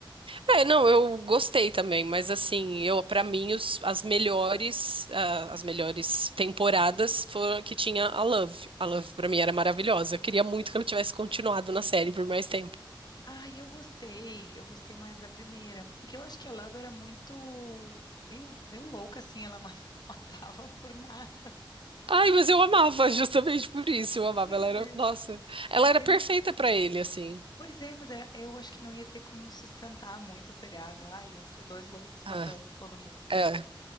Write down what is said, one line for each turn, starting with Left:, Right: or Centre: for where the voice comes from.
Right: É, não, eu gostei também, mas assim, eu para mim os- as melhores ah, as melhores temporadas foram que tinha a Love. A Love para mim era maravilhosa. Eu queria muito que ela tivesse continuado na série por mais tempo.
Left: Ah, eu gostei, eu gostei mais da primeira, porque eu acho que a Love era muito meio meio louca assim, ela ma- <laughs> matava por nada.
Right: Ai, mas eu amava <laughs> justamente por isso. Eu amava,
Left: Pois
Right: ela era,
Left: é.
Right: nossa, ela
Left: Mas
Right: era
Left: aí
Right: perfeita para ele assim.
Left: Pois é, mas é- eu acho que não ia ter como sustentar muito o seriado. Ai, iam ser dois loucos matando
Right: Ah,
Left: todo mundo.
Right: é,